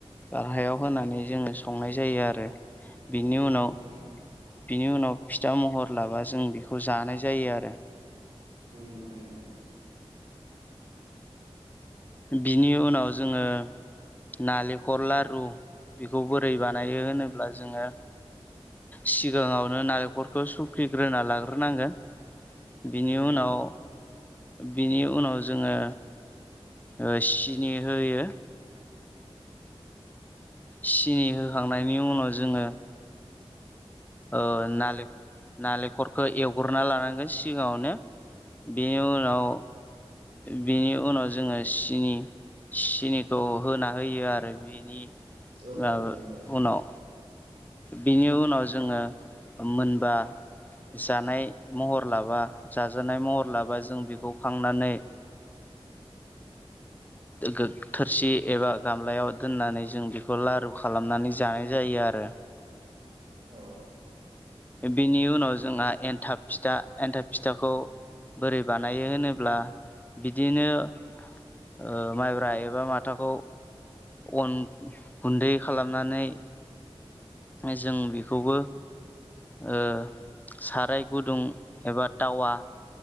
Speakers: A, on the left; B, on the right.
A: गाहायाव होनानै जोङो संनाय जायो आरो बेनि
B: औ
A: उनाव
B: नंगौ नोंथां
A: बिनि उनाव फिथा महर लाबा जों बेखौ जानाय जायो आरो
B: औ नंगौ नोंथां।
A: बिनि उनाव जोङो नालेंखर लारु बेखौ बोरै बानायो होनोब्ला जोङो सिगाङावनो नालेंखरखौ सुखिग्रोना लाग्रोनांगोन। बिनि
B: औ नंगौ
A: उनाव बिनि उनाव जोङो ओ सिनि होयो सिनि होखांनायनि उनाव जोङो ओ नालें-नालेंखरखौ एवग्रोनना लानांगोन सिगाङावनो बेनि उनाव बिनि उनाव जोङो सिनि सिनिखौ होना होयो आरो बिनि
B: औ नंगौ
A: ओ
B: नंगौ
A: उनाव बिनि उनाव जोङो मोनबा जानाय महर लाबा जाजानाय महर लाबा जों बेखौ खांनानै गो थोरसि एबा गामलायाव दोननानै जों बेखौ लारु खालामनानै जानाय जायो आरो आरो
B: औ
A: बिनि उनाव जोंहा एनथाब फिथा एन्थाब फिथाखौ बोरै बानायो होनोब्ला बिदिनो ओ माइब्रा एबा माथाखौ अन गुन्दै खालामनानै जों बेखौबो ओ साराय गुदुं एबा टावा